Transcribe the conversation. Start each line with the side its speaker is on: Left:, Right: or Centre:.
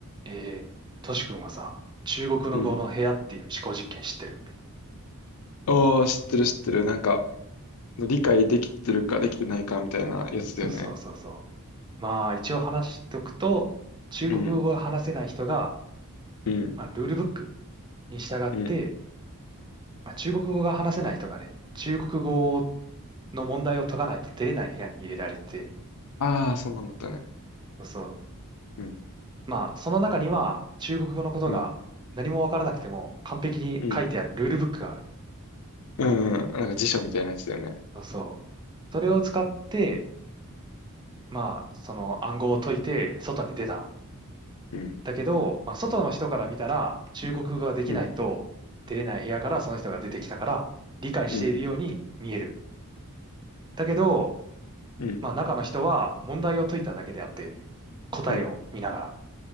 Right: えー、トシ君はさ、中国の語の部屋っていう思考実験知ってる
Left: うん。おー、知ってる知ってる。なんか、理解できてるかできてないかみたいなやつだよね。
Right: そうそうそうそう。まあ一応話しとくと、中国語が話せない人が、
Left: うん、うん、
Right: まあ、ルールブックに従って、
Left: うん。
Right: まあ、中国語が話せない人がね、中国語の問題を解かないと出れない部屋に入れられてて、
Left: ああ、そうなんだったね。
Right: そうそう。
Left: うん、
Right: まあその中には中国語のことが何もわからなくても完璧に書いてあるルールブックがある。
Left: うん、うん、うん、うん。なんか辞書みたいなやつだよね。
Right: そうそう。それを使って、まあその暗号を解いて外に出た
Left: うん、
Right: だけど、まあ、外の人から見たら、中国語ができないと、
Left: うん、
Right: 出れない部屋からその人が出てきたから、理解しているように見える。
Left: うん、
Right: だけど、
Left: うん、
Right: まあ、中の人は問題を解いただけであって、答えを見ながら。
Left: うん。